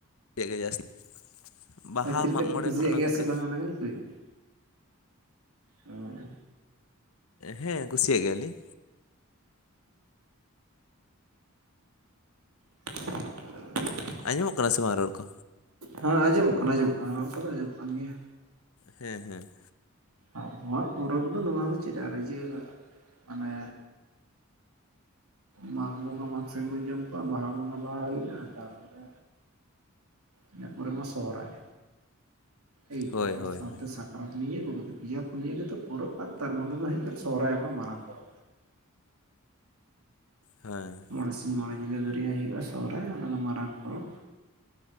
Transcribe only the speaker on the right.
ᱛᱤᱱᱟᱹᱜ
ᱴᱟ ᱵᱤᱱ
ᱠᱩᱥᱤᱭᱟᱜ
ᱜᱮᱭᱟ
ᱥᱮ ᱵᱟᱝ ᱚᱱᱟ ᱜᱮᱞᱤᱧ ᱠᱩᱞᱤᱭᱮᱫ <inaudible> ᱵᱤᱱᱟ?
<unintelligible>
ᱦᱮᱸ ᱡᱚᱢᱚᱜ ᱠᱟᱱᱟ ᱟᱸᱡᱚᱢᱚᱜ ᱠᱟᱱᱟ ᱨᱚᱲ ᱠᱚ ᱫᱚ ᱟᱡᱚᱢᱟᱜ ᱠᱟᱱ ᱜᱮᱭᱟ᱾
ᱟᱵᱚᱣᱟᱜ ᱯᱚᱨᱚᱵᱽ ᱫᱚ ᱱᱚᱣᱟ ᱫᱚ ᱪᱮᱫ ᱟᱨ ᱤᱭᱟ ᱢᱟᱱᱮ᱾ ᱢᱟᱜᱽ ᱵᱚᱸᱜᱟ ᱢᱟᱜᱽ ᱥᱤᱢ ᱵᱟᱹᱧ ᱡᱚᱢ ᱠᱚᱣᱟ ᱵᱟᱦᱟ ᱵᱚᱸᱜᱟ ᱵᱟᱦᱟ ᱦᱩᱭᱱᱟ ᱛᱟᱨᱯᱚᱨᱮ᱾ ᱤᱱᱟᱹ ᱯᱚᱨᱮ ᱢᱟ ᱥᱚᱦᱚᱨᱟᱭ ᱮᱭ
ᱛᱳ ᱟᱨ
ᱥᱟᱶᱛᱮ
ᱯᱚᱨᱟᱽ ᱱᱤᱭᱟᱹ ᱠᱚᱜᱮ ᱯᱮᱭᱟ ᱯᱩᱱᱤᱭᱟᱹ ᱜᱮᱛᱚ ᱯᱚᱨᱚᱵᱽ ᱟᱨ ᱛᱟᱨᱢᱩᱫᱨᱮ ᱫᱚ ᱦᱩᱭᱩᱜ ᱠᱟᱱᱟ ᱥᱚᱨᱟᱭ ᱟᱵᱚᱣᱟᱜ ᱢᱟᱨᱟᱝ ᱯᱚᱨᱚᱵᱽ᱾
ᱢᱚᱬᱮ ᱥᱤᱧ ᱢᱚᱬᱮ ᱧᱤᱫᱟᱹ ᱫᱷᱟᱹᱨᱭᱟᱹ ᱦᱩᱭᱩᱜᱼᱟ ᱥᱚᱦᱚᱨᱟᱭ ᱚᱱᱟᱫᱚ ᱢᱟᱨᱟᱝ ᱯᱚᱨᱚᱵᱽ